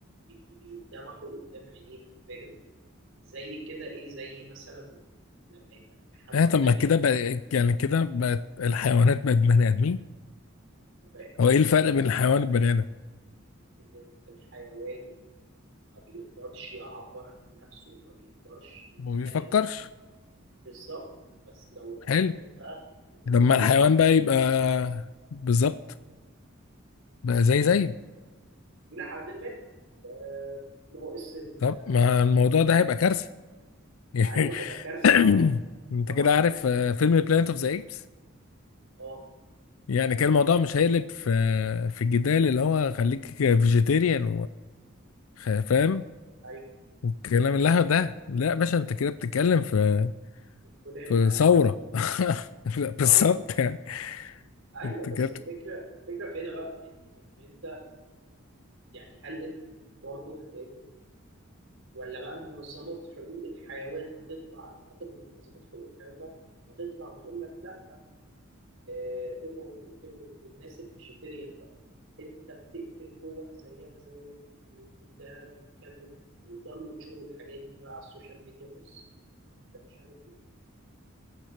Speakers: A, on the right; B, on the left.
A: بي- بيتذبحوا قدام عينيها فاهم؟ زي كده إيه زي مثلا لما يبقى في حد
B: اه طب
A: نجا
B: ما كده بقى يعني كده بقت الحيوانات بقت بني ادمين
A: ما بقى
B: هو
A: ما
B: ايه
A: بقى
B: الفرق بين الحيوان والبني ادم
A: إن الحيوان ما بيقدرش يعبر عن نفسه ما بيقدرش يتكلم
B: ما بيفكرش
A: بالظبط بس لو الحيوانات
B: حلو
A: بقى بتفكر
B: لما الحيوان
A: وبتتكلم
B: بقى يبقى بالظبط بقى زي زيه
A: إلى حد ما آه، ناقص ال-
B: طب ما الموضوع ده هيبقى كارثة
A: مع أيوه
B: <laughs>
A: هيبقى كارثة
B: <clears throat>
A: طبعا
B: انت
A: طبعا
B: كده عارف
A: هيبقى كارثة
B: آه، فيلم بلانت اوف ذا ايبس
A: اه
B: يعني كان الموضوع مش هيقلب في في الجدال اللي هو خليك فيجيتيريان وفاهم
A: أيوه
B: والكلام اللهو ده لا يا باشا انت كده بتتكلم في
A: الكلاب
B: في
A: في العالم
B: ثورة
A: كله
B: <laughs> لا، بالظبط
A: اه
B: يعني
A: ايوه
B: انت
A: بس
B: كده بت-
A: الفكره الفكره في هنا بقى ان ان انت يعني هل انت برضه هتاكل ولا بقى منظمات حقوق الحيوان هتطلع انا اعتقد ان منظمات حقوق الحيوان بقى هتطلع وتقول لك لا آه، اوعوا تقتله والناس الفيجيتيريان بقى انت بتقتل روح زيها زيك وده بيتكلم ويضلوا ينشروا الحاجات دي بقى على السوشيال ميديا بص ده مش عارف ايه